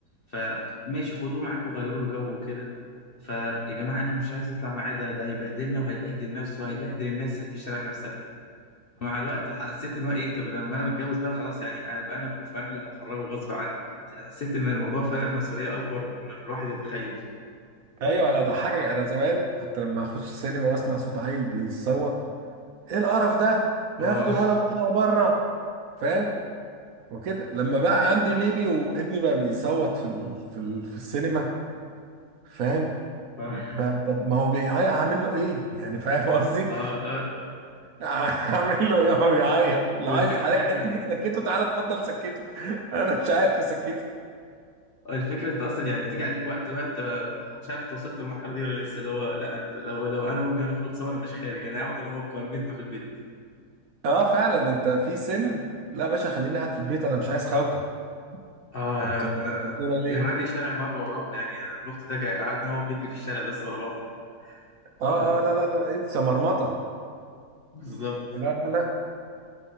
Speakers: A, on the left; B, on the right.
A: فماشي خدوه معاكم وغيروا له جو وكده فيا جماعه انا مش عايز اطلع معاه ده ده هيبهدلنا وهيبهدل نفسه وهيبهدل الناس اللي في الشارع نفسها مع الوقت حسيت ان هو ايه طب لما انا متجوز بقى خلاص يعني ابقى انا ابوه فانا اللي هخرجه غصب عني حسيت ان الموضوع فعلا مسؤوليه اكبر من الواحد يتخيل
B: ايوه انا ضحكك انا زمان كنت لما اخش السينما واسمع صوت عيل بيصوت ايه القرف ده ما
A: اه
B: ياخدوا الولد ويطلعوا بره فاهم وكده لما بقى عندي بيبي وابني بقى بيصوت في ال... في ال... في السينما فاهم
A: اه
B: بقى طب ما هو بيعيط هعمل له ايه يعني فاهم قصدي
A: اه اه
B: <laughs> هعمل له ايه هو بيعيط لو
A: والفكرة
B: عايز حضرتك
A: حاجة
B: عايز
A: يعني
B: تيجي تسكته تعالى اتفضل سكته <laughs> انا مش عارف اسكته
A: الفكرة انت اصلا يعني هتيجي عليك وقت بقى انت مش عارف انت وصلت للمرحلة دي ولا لسه اللي هو لا انت لو لو انا وابني هنخرج سوا انا مش خارج انا هقعد انا وهو بكرامتنا في البيت
B: اه فعلا انت في سن لا يا باشا خليني قاعد في البيت انا مش عايز خوته
A: اه
B: انتوا
A: لا
B: بتسكتونا
A: لا
B: ليه
A: جراني الشارع مرة وراه يعني ابن اختي ده جا- قعدنا انا وهو بنجري في الشارع بس ورا بعض
B: اه
A: ف-
B: اه لا لا لا انسى مرمطه
A: بالظبط
B: لا لا لا